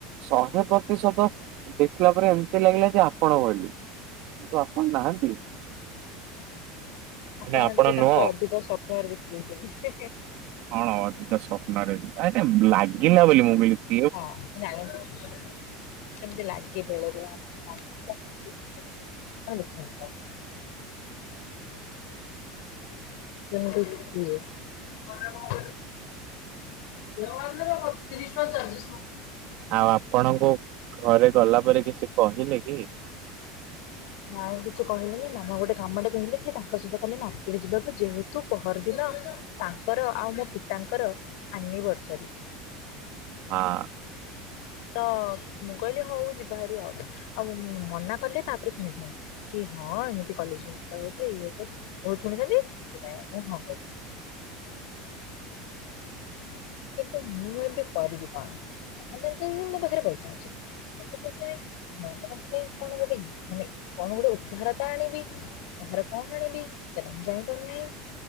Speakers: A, on the right; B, on the left.
A: ଶହେ ପ୍ରତିଶତ ଦେଖିଲା ପରେ ଏମିତି ଲାଗିଲା ଯେ ଆପଣ ଭଳି କିନ୍ତୁ ଆପଣ ନାହାନ୍ତି। ମାନେ
B: ଆପଣ ଟିକେ ତାଙ୍କୁ
A: ନୁହଁ।
B: ଅଧିକ ସ୍ଵପ୍ନ ରେ ଦେଖିଦଉଛନ୍ତି।
A: ହଁ ଅଧିକା ସ୍ୱପ୍ନରେ ନାଇ ନାଇ ଲାଗିଲା ବୋଲି ମୁଁ କଲି।
B: ହଁ <unintelligible> ସେମିତି ଲାଗେ ବେଳେ ବେଳେ ଆମକୁ ଲାଗ ଆମେ <inaudible> ସେମିତି ହୁଏ। ଏାର ନ ବା ପତିରିଶ ନ ଚାଲିଶ ନ <unintelligible>
A: ଆଉ ଆପଣଙ୍କୁ ଘରେ ଗଲା ପରେ କିଛି କହିଲେ କି?
B: ନାଇଁ କିଛି କହିଲେନି ମାମା ଗୋଟେ କାମଟେ କହିଲେ କି ତାଙ୍କ ସହିତ କଲି ମାର୍କେଟ ଯିବାକୁ ଯେହେତୁ ପହରଦିନ ତାଙ୍କର ଆଉ ମୋ ପିତାଙ୍କର ଆନିଭର୍ସରୀ।
A: ହଁ।
B: ତ ମୁଁ କହିଲି ହଉ ଯିବାହାରାରି ଆଉ ଆଉ ମନା କଲେ ତାପରେ ଶୁଣିଥାନ୍ତି। ହି ହଁ ଏମିତି କଲେଜ ହ ଇଏ ସେ ବହୁତ ଶୁଣିଥାନ୍ତି ସେଥିପାଇଁ ମୁଁ ହଁ କଲି। କିନ୍ତୁ ମୁଁ ଏବେ କରିବି କଣ ମୁଁ ଜାଣି ଛି ଆଜି ମୋ ପାଖରେ ପଇସା ଅଛି। ପାଖରେ ପଇସା ନାଇଁ ମଁ ତାଙ୍କ ପାଇଁ କଣ ଗୋଟେ ମାନେ କଣ ଗୋଟେ ଉପହାର ତ ଆଣିବି। ଉପହାର କଣ ଆଣିବି ସେଟା ମୁଁ ଜାଣିପାରୁନାହିଁ।